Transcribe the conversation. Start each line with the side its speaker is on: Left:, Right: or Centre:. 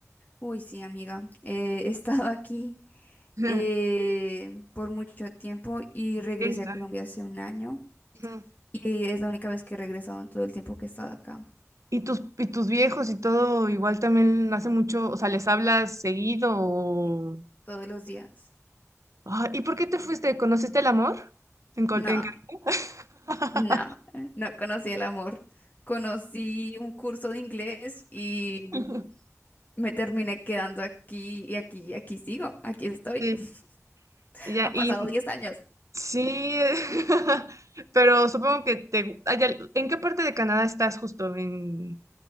Left: Uy, sí, amiga, eh, <laughs> he estado aquí
Right: <laughs>
Left: eh, por mucho tiempo y regresé
Right: Esta.
Left: a Colombia hace un año
Right: Ujú.
Left: y es la única vez que he regresado en todo el tiempo que he estado acá.
Right: ¿Y tus, y tus viejos y todo igual también hace mucho, o sea, les hablas seguido
Left: Sí, todos los días.
Right: Ah, ¿y por qué te fuiste? ¿Conociste el amor? En, Col-
Left: No,
Right: en Cancún.
Left: no, no conocí el amor. Conocí un curso de inglés y
Right: <laughs>
Left: Me terminé quedando aquí y aquí y aquí sigo, aquí estoy.
Right: Sí,
Left: <laughs>
Right: ya,
Left: Han
Right: y
Left: pasado 10 años
Right: sí, <laughs> pero supongo que te... ay, ya, ¿En qué parte de Canadá estás justo? En...